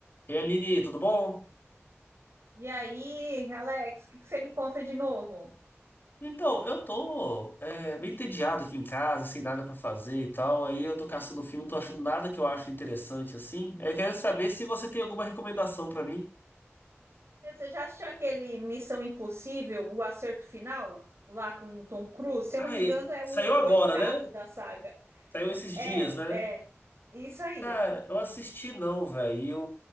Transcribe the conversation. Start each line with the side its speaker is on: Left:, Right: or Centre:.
Left: E aí, Aline, tudo bom?
Right: E aí, Alex, o que que você me conta de novo?
Left: Então, eu tô é, meio entediado aqui em casa, sem nada pra fazer e tal. Aí eu tô caçando filme, não tô achando nada que eu acho interessante assim. Aí Eu quero saber se você tem alguma recomendação pra mim.
Right: Meu, Você já assistiu aquele Missão Impossível, o acerto final, lá com o Tom Cruise? Se
Left: Ah,
Right: eu não me engano,
Left: e-
Right: é
Left: saiu
Right: o
Left: agora,
Right: oitavo
Left: né?
Right: da saga.
Left: Saiu esses dias,
Right: É,
Left: né?
Right: é, isso aí.
Left: Cara, eu assisti não, velho. E o,